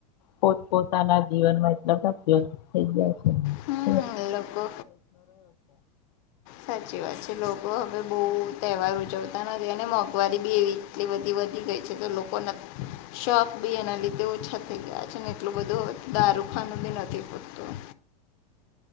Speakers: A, on the left (about 80°); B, on the left (about 50°).
A: પોત પોતાના જીવનમાં એટલા બધા વ્યસ્ત થઈ ગ્યા છેને
B: હમ લોકો સાચી વાત છે લોકો હવે બહુ તહેવાર ઉજવતા નથી અને મોંઘવારી બી એવી એટલી બધી વધી ગઈ છે તો લોકો ને શોક બી એના લીધે ઓછા થઈ ગયા છે ને એટલું બધું દારૂ ખાનું બી નથી ફૂટતું.